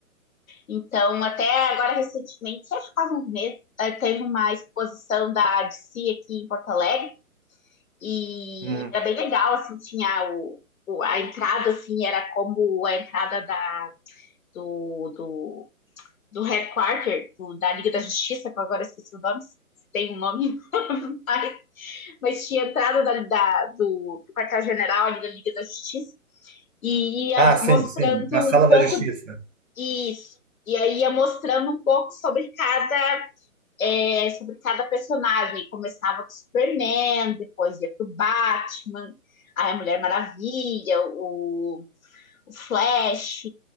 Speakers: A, on the left; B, on the right.
A: Então, até agora recentemente, acho que faz uns meses, eh, teve uma exposição da DC aqui em Porto Alegre e
B: Hum.
A: era bem legal, assim, tinha o, o a entrada, assim, era como a entrada da, do, do do headquarter do, da Liga da Justiça, que eu agora esqueci o nome, tem um nome, <laughs> mas, mas tinha entrado da, da do, do quartel-general ali da Liga da Justiça e ia
B: Ah, sim,
A: mostrando
B: sim. Na Sala
A: um pouco
B: da Justiça.
A: disso. E aí ia mostrando um pouco sobre cada, é, sobre cada personagem. Começava com o Superman, depois ia pro Batman, aí a Mulher Maravilha, o, o Flash.